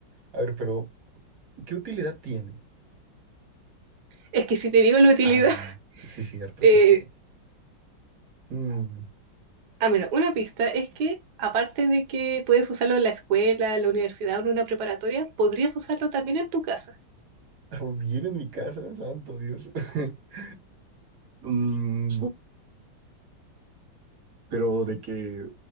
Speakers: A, on the right; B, on the right.
A: A ver, pero ¿qué utilidad tiene?
B: es que si te digo la utilidad,
A: Ah,
B: <laughs>
A: sí, cierto,
B: eh,
A: sí. sí. Mm,
B: ah, bueno, una pista es que aparte de que puedes usarlo en la escuela, en la universidad o en una preparatoria, podrías usarlo también en tu casa.
A: <laughs> bien en mi casa, santo Dios. <laughs> Mm, pero de que